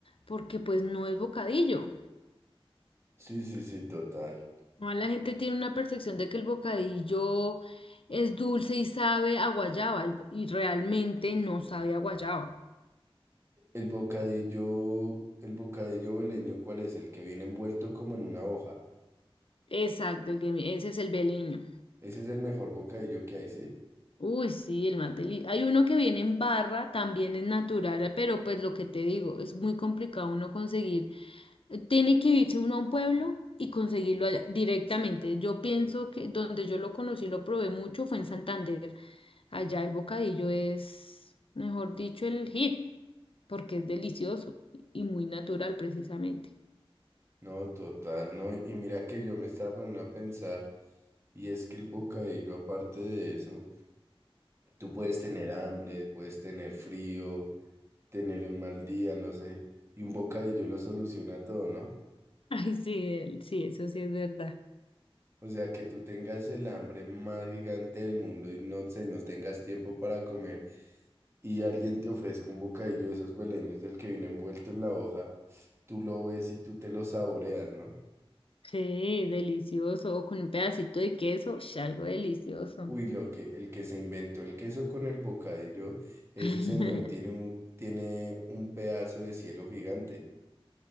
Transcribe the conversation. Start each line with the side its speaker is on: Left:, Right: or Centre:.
Left: porque pues no es bocadillo.
Right: Sí, sí, sí, total.
Left: Además, La gente tiene una percepción de que el bocadillo es dulce y sabe a guayaba, el- y realmente no sabe a guayaba.
Right: El bocadillo, el bocadillo veleño, ¿cuál es? El que viene envuelto como en una hoja.
Left: Exacto, el que mi- ese es el beleño.
Right: Ese es el mejor bocadillo que hay, ¿sí?
Left: Uy, sí, el más deli- Hay uno que viene en barra, también es natural, pero pues lo que te digo, es muy complicado uno conseguir. eh, Tiene que irse uno a un pueblo y conseguirlo allá directamente. Yo pienso que donde yo lo conocí, lo probé mucho, fue en Santander. Allá el bocadillo es, mejor dicho, el hit, porque es delicioso y muy natural precisamente.
Right: No, total, no. Y mira que yo me estaba poniendo a pensar, y es que el bocadillo, aparte de eso, tú puedes tener hambre, puedes tener frío, tener un mal día, no sé, y un bocadillo lo soluciona todo, ¿no?
Left: <laughs> Ay, sí, el- sí, eso sí es verdad.
Right: O sea, que tú tengas el hambre más gigante del mundo y no sé, no tengas tiempo para comer y alguien te ofrezca un bocadillo de esos beleños del que viene envuelto en la hoja, tú lo ves y tú te lo saboreas, ¿no?
Left: Sí, delicioso. O con un pedacito de queso, ush, algo delicioso.
Right: Uy, lo que, el que se inventó el queso con el bocadillo, ese
Left: <laughs>
Right: señor tiene un, tiene un pedazo de cielo gigante.